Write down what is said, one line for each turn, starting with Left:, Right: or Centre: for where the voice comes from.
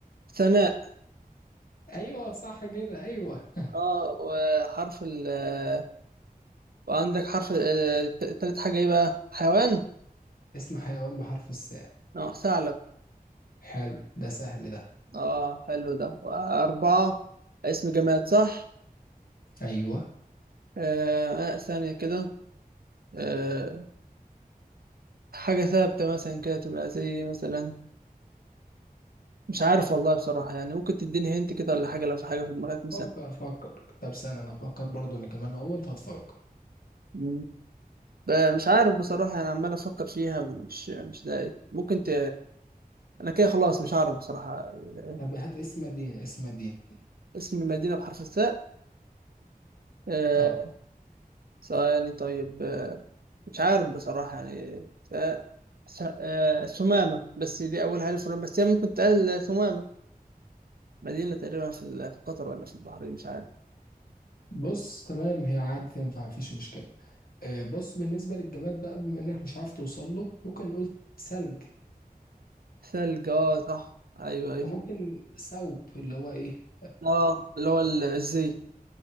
Right: ثناء
Left: ايوه صح كده ايوه
Right: اه وحرف ال آه، وعندك حرف آه، ت- تالت حاجة ايه بقى حيوان
Left: اسم حيوان بحرف الساء
Right: اه ثعلب
Left: حلو ده سهل ده
Right: اه حلو ده أربعة اسم جماد صح
Left: ايوه
Right: آه آه، ثانية كده آه حاجة ثابتة مثلا كده تبقى زي مثلا مش عارف والله بصراحة يعني ممكن تديني هنت كده ولا حاجة لو في حاجة في دماغك مثلا
Left: فكر فكر طب سنة انا افكر برضه انا كمان اهو وانت هتفكر
Right: جماد ب- مش عارف بصراحة أنا عمال أفكر فيها مش مش لاقي ممكن ت... أنا كده خلاص مش عارف بصراحة ال-
Left: طب هات اسم مدينة اسم مدينة
Right: اسم المدينة بحرف الثاء آه،
Left: اه
Right: ثواني طيب آه، مش عارف بصراحة يعني ف... س... آه، ثمامة بس دي أولها ألف ولام بس هي ممكن تقال ثمامة مدينة تقريبا في ال- في قطر ولا في البحرين مش عارف
Left: بص تمام هي عادي تنفع مفيش مشكلة آه، بص بالنسبة للجماد بقى بما انك مش عارف توصل له ممكن نقول ثلج
Right: ثلج اه صح أيوه أيوه
Left: وممكن ثوب اللي هو ايه
Right: اه اللي هو ال- الزي